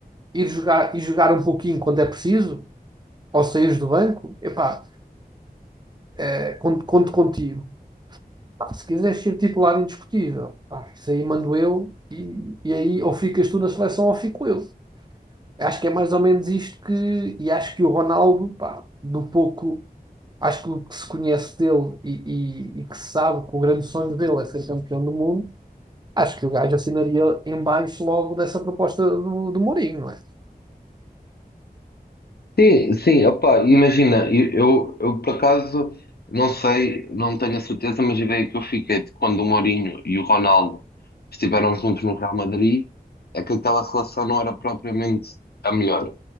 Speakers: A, on the right; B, on the left.
A: ir jogar, e jogar um pouquinho quando é preciso, ou saíres do banco, epá, é, conto, conto contigo. Pá, se quiseres ser titular indiscutível, pá, isso aí mando eu e, e aí ou ficas tu na seleção ou fico eu. Acho que é mais ou menos isto que. E acho que o Ronaldo, pá, do pouco. Acho que o que se conhece dele e, e- e que se sabe que o grande sonho dele é ser campeão do mundo, acho que o gajo assinaria em baixo logo dessa proposta do, do Mourinho, não é?
B: Sim, sim, opá, imagina, eu, eu, eu, por acaso não sei, não tenho a certeza, mas a ideia que eu fiquei de quando o Mourinho e o Ronaldo estiveram juntos no Real Madrid é que aquela relação não era propriamente a melhor.